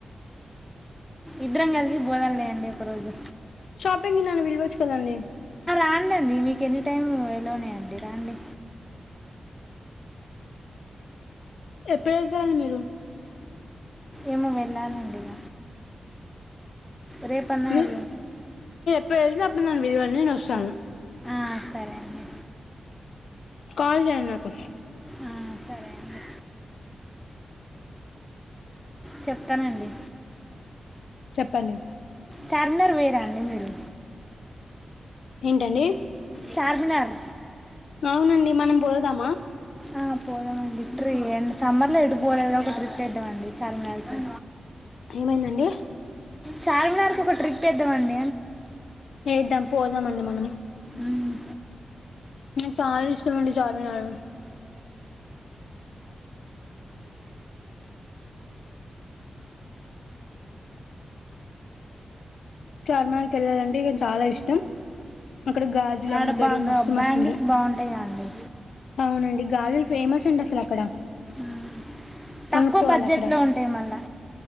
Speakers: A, in the centre; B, on the left.
A: ఇద్దరం కలిసి పోదాంలే అండి ఒక రోజు
B: షాపింగ్కి నన్ను పిలవచ్చు కదండి.
A: రండండి మీకు ఎనీ టైం ఎలోనేయండి రండి.
B: ఎప్పుడు వెళ్తారండి మీరు
A: ఏమో వెళ్లాలండి ఇగ రే పన్న
B: మీ
A: ఎల్లుండన్న
B: మీరు వెళ్లినప్పుడు నన్ను పిలవండి నేను వస్తాను
A: ఆ సరే అండి.
B: కాల్ జేయండి నాకు
A: ఆ, సరే అండి చెప్తానండి
B: చెప్పండి
A: చార్మినార్ పోయిరా అండి మీరు
B: ఏంటండి
A: చార్మినర్
B: అవునండి మనం పోదామా
A: ఆ పోదామండి ఇ ట్రీ సమ్మర్ లో ఎటుపోలేదు కాబట్టి ఒక ట్రిప్ ఏద్దామండి చార్మినార్ కి
B: ఏమైందండి
A: చార్మినార్కి ఒక ట్రిప్ ఏద్దామండి
B: వేద్దాం పోదామండి మనము
A: మ్మ్
B: నాకు చాలా ఇష్టమండి చార్మినాలు చార్మినార్ కెళ్ళాలంటే ఇగ చాలా ఇష్టం అక్కడ గాజులు
A: ఆడ
B: అమ్ముతారు
A: బాగా
B: మస్తు మస్తుంట
A: బ్యాంగిల్స్
B: ఉంటాయి
A: బాగుంటాయి కదండి
B: అవును గాజులు ఫేమస్ అండి అసలు అక్కడ
A: మ్మ్
B: కొనుక్కోవాలి
A: తక్కువ బడ్జెట్లో
B: అక్కడ
A: ఉంటాయి మళ్ళా